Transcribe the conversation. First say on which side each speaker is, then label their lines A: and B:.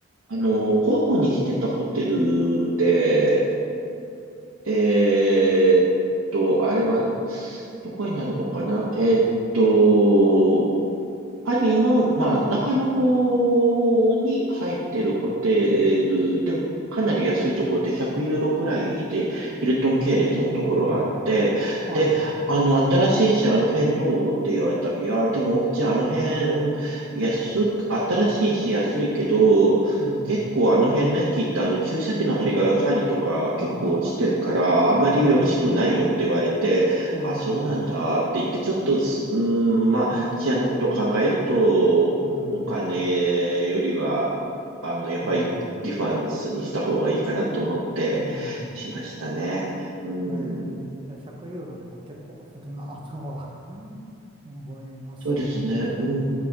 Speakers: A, on the right (about 80°); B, on the right (about 25°).
A: あの、候補にしてたホテルで、えーっと、あれは、どこになるのかなえーっと、パリの、まあ、中の方に入ってるホテルで、かなり安いところで100ユーロぐらいで、ヒルトン系列のところがあって、
B: うん、はい、
A: で、あの、新しいし、あの辺どうって言われた。いや、でも、奥地、あの辺、安く、新しいし、安いけど、
B: うん、
A: 結構あの辺の駅ってあの注射器の針が、針とか結構落ちてるから、
B: <laughs> はは
A: あまりよろしくないよって言われて、
B: は、うん、<laughs> ええ、
A: あ、そうなんだって言って、ちょっとす、うーん、まあ、治安のことを考えると、
B: うん、
A: お金よりは、あの、やっぱりディファンスにした方がいいかなと思ってしましたね。
B: うん、うん、
A: うん。
B: ええ、いや100ユーロでも結構するなとは <laughs> 思いますけどね。
A: そうですね。うん。